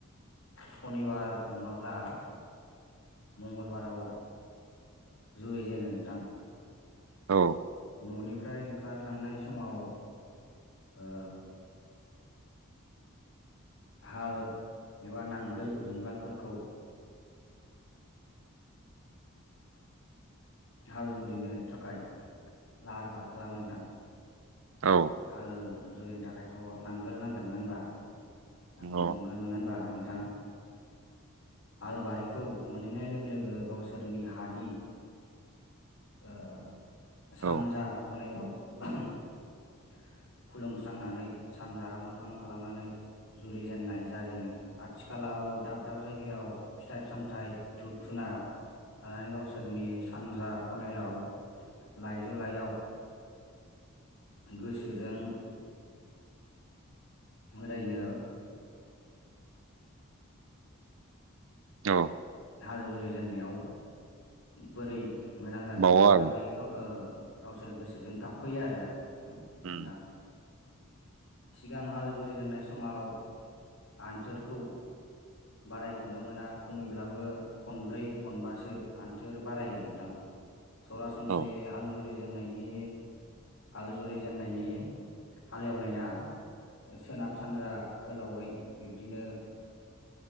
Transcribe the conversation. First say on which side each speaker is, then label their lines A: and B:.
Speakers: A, on the left (about 65°); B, on the right (about 65°).
A: सनिबार नङाब्ला मंगलबाराव जुरि जेनो नोंथां।
B: औ
A: न'निफ्राय ओंखारलांनाय समाव ओ हाल एबा नांगोल जुंगालफोरखौ हाल जुरिनो थाखाय लाहार फाहार खालामो नोंथां।
B: औ
A: हाल जुरिनो थाखायथ' नांगोल नांगोन नङा होनबा। नांगोल
B: औ
A: जुंगाल नङा होनबा नोंथां। हालबारिखौ मोनहैनाय लोगो-लोगो गावसोरनि हानि ओ सानजा
B: औ
A: खनायाव <unintelligible> <inaudible> खुलुमस्रांनानै सानजा मोखां खालामनानै जुरिजेनन्नाय जाजेनो आथिखालाव दाब दाब जायगायाव फिथाइ सामथाइ धुप धुना लानानै गावसोरनि सानजा खनायाव लाइजौ लाायाव गोसोजों मोदायनो
B: औ
A: हाल जुरि जेननायाव बोरै मोजां जागोन
B: बावो
A: बिनि
B: आं
A: बागै गाव ओ गावसोरो गोसोजों गाबख'यो आरो
B: उम
A: नोंथां। सिगां हाल जुरिजेननाय समाव आन्थोरखौ बारायख'नो मोना खमैब्लाबो खनब्रै खनबासो आन्थोर बारायो नोंथां। सरासनस्रायै
B: औ
A: हाल जुरिजेननायनि हाल जुरि जेननायनि हालेवनाया सोनाब सानजा गोलावै बिब्दिनो